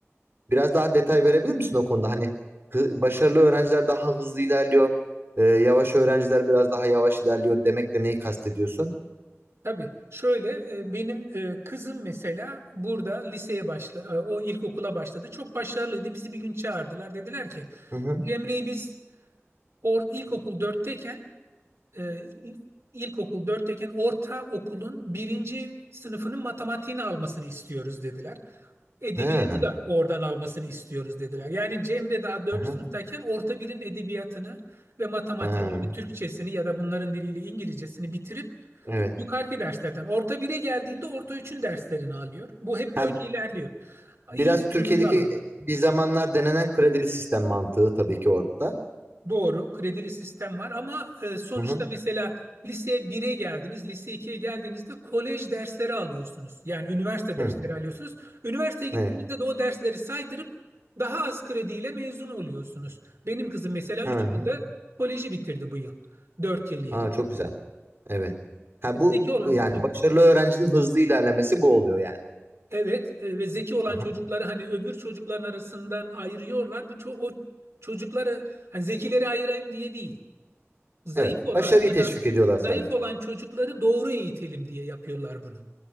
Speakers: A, on the right (about 50°); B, on the right (about 75°).
A: Biraz daha detay verebilir misin o konuda? Hani hı- başarılı öğrenciler daha hızlı ilerliyor. e, yavaş öğrenciler biraz daha yavaş ilerliyor demekle neyi kastediyorsun?
B: Tabii şöyle e, benim e, kızım mesela burada liseye başla e, o ilkokula başladı. Çok başarılıydı. Bizi bir gün çağırdılar. Dediler ki
A: Hı hı.
B: Cemre'yi biz or, ilkokul 4'teyken e, il- ilkokul 4'teyken orta okulun birinci sınıfının matematiğini almasını istiyoruz dediler. Edebiyatı
A: Ha,
B: da oradan almasını istiyoruz dediler. Yani Cemre daha dördüncü
A: aha,
B: sınıftayken orta birin edebiyatını ve matematiğini,
A: ha,
B: yani Türkçesini ya da bunların diliyle İngilizcesini bitirip
A: evet.
B: Yukarıki derslerden. Orta bire geldiğinde orta üçün derslerini alıyor. Bu hep
A: Ha,
B: böyle ilerliyor.
A: biraz
B: İyi olduğunuzda
A: Türkiye'deki
B: alanda.
A: bir zamanlar denenen kredili sistem mantığı tabii ki orada.
B: Doğru, kredili sistem var ama e, sonuçta
A: Hı hı.
B: mesela lise bire geldiniz, lise ikiye geldiğinizde kolej dersleri alıyorsunuz. Yani üniversite dersleri
A: Hı,
B: alıyorsunuz. Üniversiteye gittiğinizde
A: evet.
B: de o dersleri saydırıp daha az krediyle mezun oluyorsunuz. Benim kızım mesela 3
A: Hı hı.
B: yılda koleji bitirdi bu yıl. 4 yıl yeri.
A: Aa, çok güzel. Evet. Ha bu,
B: Zeki olan
A: bu- yani başarılı öğrencinin hızlı ilerlemesi bu oluyor yani.
B: Evet e, ve zeki olan
A: Hı hı.
B: çocukları hani öbür çocukların arasından ayırıyorlar. Bu ço- o çocukları hani zekileri ayırayım diye değil. Zayıf
A: Evet.
B: olan
A: Başarıyı
B: ya
A: teşvik
B: da
A: ediyorlar sadece.
B: zayıf olan çocukları doğru eğitelim diye yapıyorlar bunu.